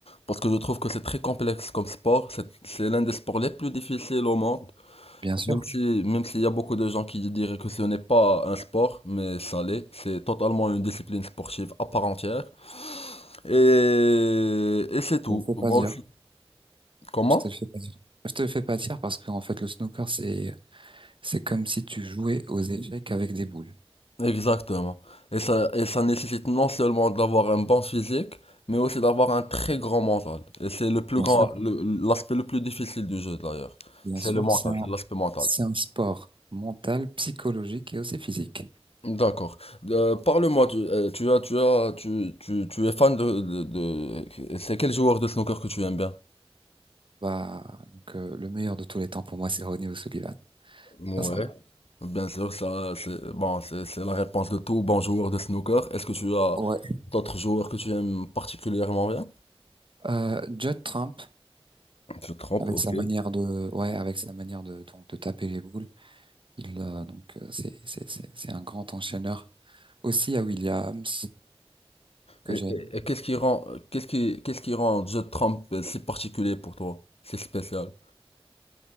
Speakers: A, on the left; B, on the right.
A: parce que je trouve que c'est très complexe comme sport, c'est, c'est l'un des sports les plus difficiles au monde,
B: Bien sûr,
A: même si, même s'il y a beaucoup de gens qui diraient que ce n'est pas un sport, mais ça l'est, c'est totalement une discipline sportive à part entière, et, et c'est tout.
B: je ne peux pas
A: Moi
B: dire.
A: aussi. Comment?
B: Je te le fais pas dire. Je te le fais pas dire parce qu'en fait, le snooker, c'est, c'est comme si tu jouais aux échecs avec des boules.
A: Exactement. Et ça, et ça nécessite non seulement d'avoir un bon physique, mais aussi d'avoir un très grand mental. Et c'est le plus
B: Bien
A: grand,
B: sûr,
A: le- l'aspect le plus difficile du jeu d'ailleurs.
B: bien
A: C'est
B: sûr,
A: le mental,
B: c'est un,
A: c'est l'aspect mental.
B: c'est un sport mental, psychologique et aussi physique.
A: D'accord. Euh, parle-moi, tu, euh, tu as, tu as, tu, tu, tu es fan de, de, de- c'est quel joueur de snooker que tu aimes bien?
B: Bah, donc, euh, le meilleur de tous les temps pour moi, c'est Ronnie O'Sullivan,
A: Ouais.
B: sincèrement.
A: Bien sûr, ça, c'est, bon, c'est, c'est la réponse de tout bon joueur de snooker. Est-ce que tu as
B: Ouais.
A: d'autres joueurs que tu aimes particulièrement bien?
B: Euh, Judd Trump,
A: Tu te trompes,
B: avec
A: ok.
B: sa manière de, ouais, avec sa manière de, donc, de taper les boules, il, euh, donc, euh, c'est, c'est, c'est, c'est un grand enchaîneur. Aussi à Williams, que
A: Et,
B: j'aime.
A: et- et qu'est-ce qui rend, qu'est-ce qui, qu'est-ce qui rend Joe Trump euh, si particulier pour toi? C'est spécial.